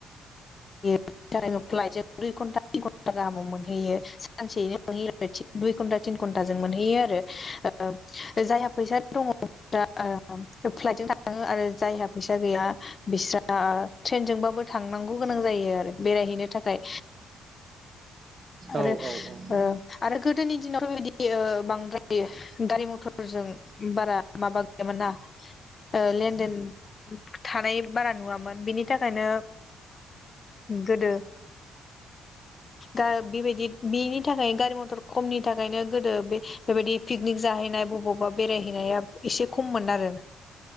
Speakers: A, on the left; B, on the right.
A: <unintelligible> प्लाइट जों दुय घन्टा तिन घन्टा गाहामाव मोनहैयो सानसेयैनो मोनहैयो <unintelligible> दुइ घन्टा तिन घन्टाजों मोनहैयो आरो ओ जायहा फैसा दङ दा ओम फ्लाइटजों थाङो आरो जायहा फैस सा गैया बिस्रा ट्रेनजोंबाबो थांनांगौ गोनां जायो आरो बेरायहैनो थाखाय आरो
B: औ औ औ
A: ओ आरो गोदोनि दिनाव बेबायदि ओ बांद्राय गारि मथ फोरजों बारा माबा गैयामोन ना ओ लेनदेन थानाय बारा नुवामोन बिनि थाखायनो गोदो दा बेबायदि बिनि थाखायनो गारि मथर खमनि थाखायनो गोदो बे बेबायदि पिकनिक जाहैनाय बबावबा बेरायहैनाया इसे खममोन आरो